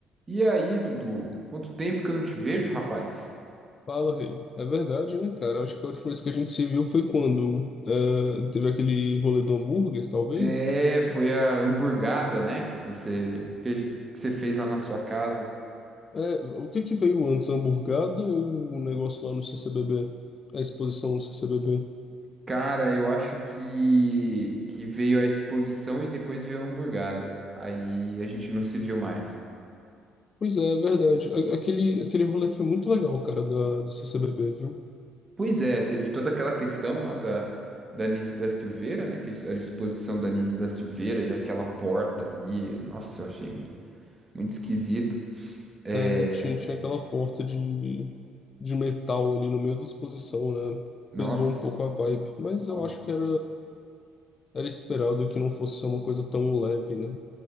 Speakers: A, on the right; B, on the left.
A: E aí, Dudu? Quanto tempo que eu não te vejo, rapaz?
B: Fala, Rei. É verdade, né, cara? Acho que a última vez que a gente se viu foi quando eh, teve aquele rolê do hambúrguer, talvez.
A: É, foi a hamburgada, né, que você que, a gen- que você fez lá na sua casa.
B: É, o que que veio antes, a hamburgada ou o negócio lá no CCBB? A exposição no CCBB?
A: Cara, eu acho que que veio a exposição e depois veio a hamburgada. Aí a gente não se viu mais.
B: Pois é, é verdade. A- Aquele, aquele rolê foi muito legal, cara, da, do CCBB, viu?
A: Pois é, teve toda aquela questão lá da da Nise da Silveira, né, que era a exposição da Nise da Silveira e aquela porta ali. Nossa, eu achei muito esquisito. É,
B: É, tinha, tinha aquela porta de, de metal ali no meio da exposição, né?
A: nossa,
B: Pesou um pouco a vibe, mas
A: nossa.
B: eu acho que era, era esperado que não fosse ser uma coisa tão leve, né?